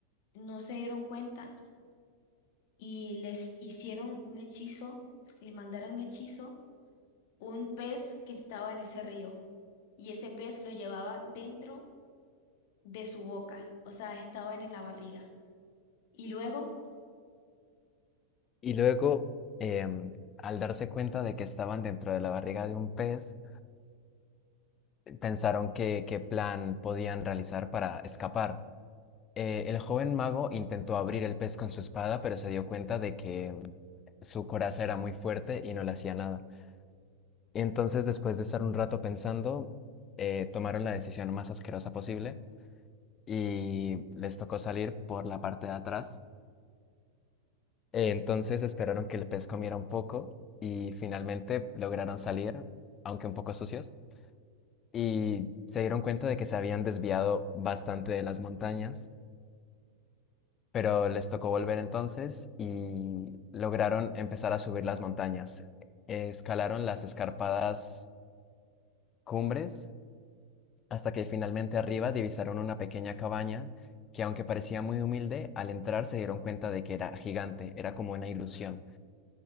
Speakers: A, on the left (about 50°); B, on the left (about 25°).
A: no se dieron cuenta y les hicieron un hechizo, les mandaron un hechizo, un pez que estaba en ese río y ese pez lo llevaba dentro de su boca, o sea, estaba en la barriga. Y luego
B: y luego, em, al darse cuenta de que estaban dentro de la barriga de un pez, pensaron qué qué plan podían realizar para escapar. Eh, el joven mago intentó abrir el pez con su espada, pero se dio cuenta de que mm, su coraza era muy fuerte y no le hacía nada. Y entonces, después de estar un rato pensando, eh, tomaron la decisión más asquerosa posible y les tocó salir por la parte de atrás. Eh, entonces esperaron que el pez comiera un poco y finalmente lograron salir, aunque un poco sucios, y se dieron cuenta de que se habían desviado bastante de las montañas. pero les tocó volver entonces y lograron empezar a subir las montañas. Escalaron las escarpadas cumbres hasta que finalmente arriba divisaron una pequeña cabaña que aunque parecía muy humilde, al entrar se dieron cuenta de que era gigante, era como una ilusión.